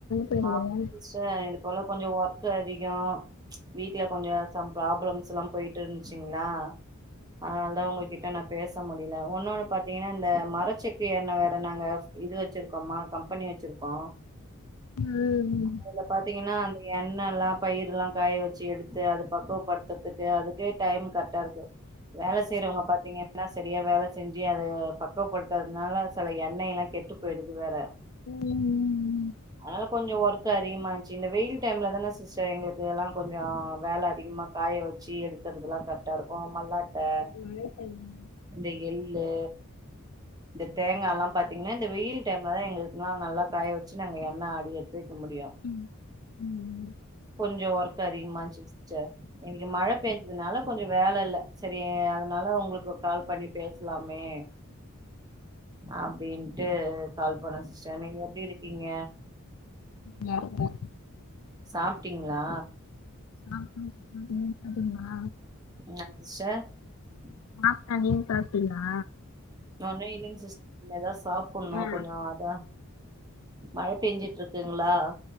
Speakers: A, on the left; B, on the right.
A: போயிருக்க
B: ஆ சிஸ்டர் இது போல கொஞ்சோ ஒர்க் அதிகோ ச் வீட்ல கொஞ்சோ சம் ப்ராப்ளம்ஸ்லா போயிட்டு இருந்துச்சுங்ளா அதனால தா உங்ககிட்ட நா பேஸ் ச முடில ஒன்னொன்னு பாத்தீங்னா இந்த மரச்செக்கு எண்ண வேற நாங்க இது வச்சிருக்கோமா கம்பனி வச்சிருக் கோ
A: ம்
B: அதுல பாத்தீங்கனா அந்த எண்ணலா பயிருலா காய வச்சு எடுத்து அது பக்குவப்படுத்துறதுக்கே அதுக்கே டைம் கரக்டா இருக்கு வேல செய்றவுங்க பாத்திங்கன்னா சரியா வேலஸ் செஞ்சி அத பக்குவப்படுத்துறதுனால செல எண்ணெய் எல்லா கெட்டு போயிடுது வேற
A: ம் ம் ம்
B: அதனால கொஞ்சோ ஒர்க் அதிகமாச்சு இந்த வெயில் டைம்ல தான சிஸ்டர் எங்களுக்கு எல்லா கொஞ்சோ வேல அதிகமா காய வச்சு எடு க்கறிறதெலா கரெக்டா இருக்கு மல்லாட்ட
A: மழை பெய்து
B: இந்த எள்ளு இந்த தேங்காலா பாத்தீங்னா இந்த வெயில் டைம்லதா எங்களுக்குனா நல்லா காய வச்சு நாங்க எண்ண ஆடிடு க்க முடியு
A: ம் ம்
B: கொஞ்ச ஒர்க் அதிகமாச்சு சிஸ்டர் <unintelligible> இ மழை பெஞ்சதுனால கொஞ்ச வேல இல்ல சரி அதனால உங்களுக்கு கால் பண்ணி பேசலாமே அப்படின்ட்டு கால் பண்ண சிஸ்டர் நீங்க எப்டி இருக்கீங்க
A: ந <unintelligible>
B: சாப்டீங்ளா
A: ஆப் ம் ம் <unintelligible> ங்ளா
B: <unintelligible>
A: சாப்டே நீங் சாப்டீங்ளா
B: நா இன்னு இல்லீங் சிஸ் ஏதா சாப்ணு
A: ஆ
B: கொஞ்ச அதா மழை பெஞ்சுட்டு இருக்குங்ளா